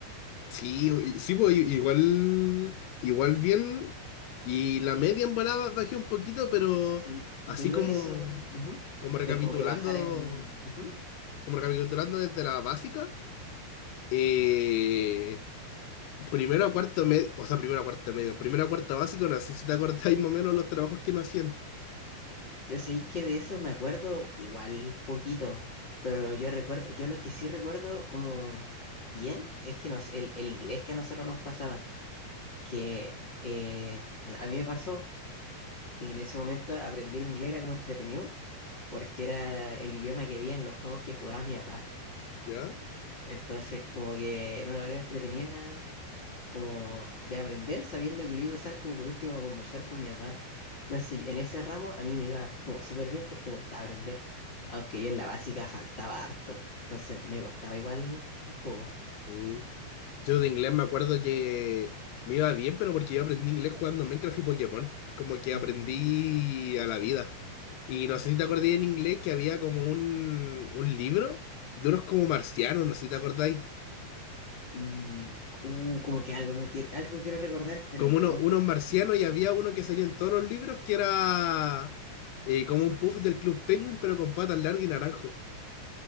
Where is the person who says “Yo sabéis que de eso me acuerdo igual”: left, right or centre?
Left